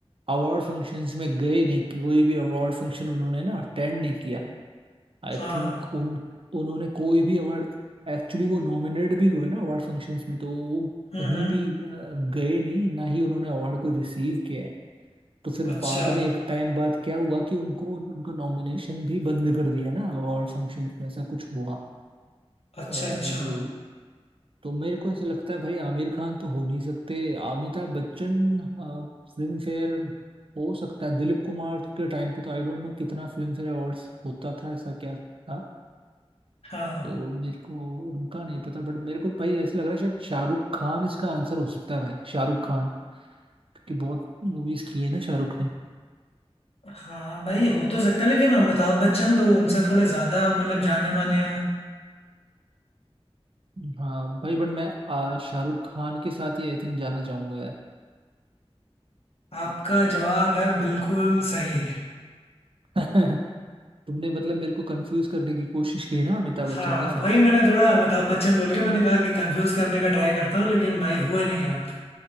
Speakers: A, on the right; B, on the left.
A: अवार्ड फंक्शंस में गए नहीं कि कोई भी अवार्ड फंक्शन उन्होंने ना अटेंड नहीं किया आई
B: हाँ
A: थिंक उन उन्होंने कोई भी अवार्ड एक्चुअली वो नॉमिनेट भी हुए ना अवार्ड फंक्शंस में तो वो
B: हम्म
A: कहीं
B: हम्म
A: भी अ, गए नहीं ना ही उन्होंने अवार्ड कोई रिसीव किया है तो फिर
B: अच्छा
A: बाद में एक टाइम बाद क्या हुआ कि उनको उनका नॉमिनेशन भी बंद कर दिया ना अवार्ड फंक्शंस में ऐसा कुछ हुआ
B: अच्छा
A: अ,
B: अच्छा
A: जो तो मेरे को ऐसा लगता है भाई आमिर खान तो हो नहीं सकते अमिताभ बच्चन आ, फिल्म फेयर हो सकता है दिलीप कुमार के टाइम पे तो आई डोंट नो कितना फिल्म फेयर अवार्ड्स होता था ऐसा क्या था
B: हाँ
A: तो मेरे को उनका नहीं पता बट मेरे को भाई ऐसा लग रहा है शायद शाहरुख खान इसका आंसर हो सकता है भाई शाहरुख खान क्योंकि बहुत मूवीज की है ना शाहरुख ने
B: हाँ भाई हो तो सकता है लेकिन अमिताभ बच्चन तो उनसे थोड़े ज्यादा मतलब जाने माने हैं
A: हाँ भाई बट मैं आ, शाहरुख खान के साथ ही आई थिंक जाना चाहूंगा यार
B: आपका जवाब है बिल्कुल सही
A: <laughs> तुमने मतलब मेरे को कंफ्यूज करने की कोशिश की है ना अमिताभ
B: हाँ
A: बच्चन के साथ
B: वही मैंने थोड़ा अमिताभ बच्चन बोल के मैंने कहा कि कंफ्यूज करने का ट्राई करता हूँ लेकिन भाई हुए नहीं आप